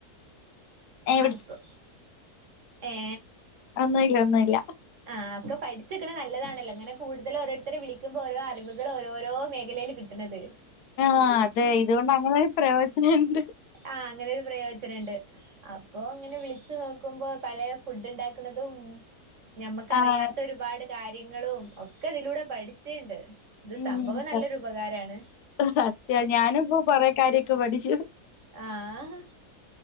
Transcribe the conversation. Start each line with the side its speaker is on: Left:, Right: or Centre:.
Left: എവിടെ
Right: അപ് ഏ
Left: ഒന്നുല്ല ഒന്നുല്ല
Right: ആഹ് ഒക്കെ പഠിച്ചക്കണ നല്ലതാണല്ലോ അങ്ങനെ കൂടുതൽ ഓരോരുത്തരെ വിളിക്കുമ്പോ ഓരോ അറിവുകൾ ഓരോ മേഖലയിൽ കിട്ടും. എട്ടത്
Left: ആഹ് അതെ ഇതുകൊണ്ട് അങ്ങനെ ഒരു പ്രയോജനണ്ട്.
Right: ആഹ് അങ്ങനൊരു പ്രയോജനണ്ട് അപ്പൊങ്ങനെ വിളിച്ചു നോക്കുമ്പോ പല ഫുഡ് ഇണ്ടാക്കുന്നതും ഞമ്മക്കറിയാത്ത
Left: ആഹ്
Right: ഒരുപാട് കാര്യങ്ങളും ഒക്കെ തിലൂടെ പഠിച്ചുണ്ട് ഇത്
Left: ഉം
Right: സംഭവം നല്ലൊരുപകാരാണ്
Left: സത്യ ഞാനിപ്പോ കൊറെ കാര്യൊക്കെ പഠിച്ചു
Right: ആഹ്